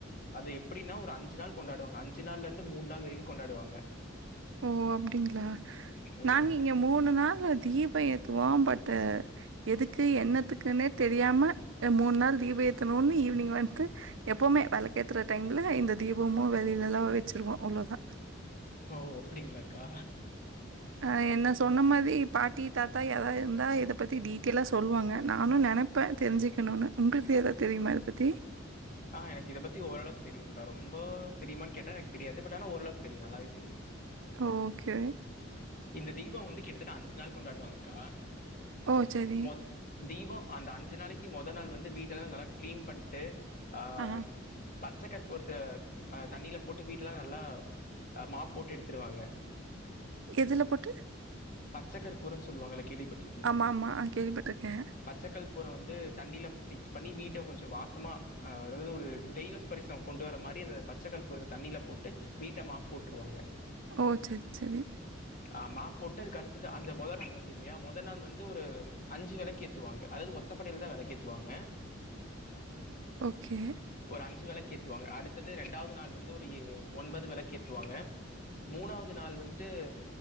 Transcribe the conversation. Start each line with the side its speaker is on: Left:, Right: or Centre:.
Left: அது எப்டின்னா ஒரு அஞ்சு நாள் கொண்டாடுவாங்க அஞ்சு அஞ்சு நாள்ல இருந்து மூணு நாள் வரைக்கு கொண்டாடுவாங்க
Right: ஓ அப்டிங்களா
Left: ம்.
Right: நாங்க இங்க மூணு நாள் தீபோ ஏத்துவோ பட் எதுக்கு என்னத்துக்குன்னே தெரியாம அ மூணு நாள் தீப ஏத்தணுன்னு ஈவினிங் வந்து எப்பவுமே வெளக்கேத்துற டைம்ல இந்த தீபமும் வெளியிலலா வச்சுருவோ அவ்வளவுதான்
Left: ஓ அப்படிங்களாக்கா
Right: அ என்ன சொன்ன மாரி பாட்டி தாத்தா ஏதாவது இருந்தா இத பத்தி டீடையிலா சொல்லுவாங்க நானு நென ப்ப தெரிஞ்சுக்கணுன்னு உங்களுக்கு ஏதாது தெரியுமா அத பத்தி
Left: ஆ எனக்கு இத பத்தி ஓரளவுக்கு தெரியுங்க்கா ரொம்ப தெரியுமான் கேட்டா எனக்கு தெரியாது பட் ஆனா ஓரளவுக்கு தெரியு நல்லாவே தெரியு
Right: ஓ ஓகே
Left: இந்த தீபோ வந்து கிட்டத்தட்ட அஞ்சு நாள் கொண்டாடுவாங்கக்கா
Right: ஓ! சரி.
Left: மொத் தீபோ அந்த அஞ்சு நாளைக்கி மொதல் நாள் வந்து வீட்டலெல்லா நல்லா கிளீன் பண்ட்டு அ
Right: ஆ.
Left: பச்சக்கற்புரத்த தண்ணியில போட்டு வீட்டலா நல்லா மாஃப் போட்டு எடுத்துருவாங்க
Right: எதுல போட்டு
Left: பச்சக் கர்பூரன்னு சொல்லுவாங்களல்ல கேள்விபட்
Right: ஆமாமா அ கேள்விப்பட்டட்டுருக்கே
Left: பச்சக்கற்பூறோ வந்து தண்ணியில மிக்ஸ் பண்ணி வீட்ட கொஞ்சோ வாசமா அ அதாவது ஒரு தெய்வை ஸ்பரிசோ கொண்டு வர மாதிரி இந்த பச்சைகற்பூரத்த தண்ணியில போட்டு வீட்ட மாஃப் போட்டுருவாங்க
Right: ஓ செரி செரி
Left: ஆ மாஃப் போட்டு அதுக்கு அடுத்தது அந்த மொதல் நாள் வருதில்லையா மொதல் நாள் வந்து ஒரு அஞ்சு வெளக்கேத்துவாங்க அதாவது ஒத்தப்படையில தா வெளக்கேத்தவாங்க
Right: ஓகே
Left: ஒரு அஞ்சு வெளக்கேத்துவாங்க அடுத்தது ரெண்டாவது நாள் வந்து ஒரு எ ஒன்பது வெளக்கேத்துவாங்க மூணாவது நாள் வந்துட்டு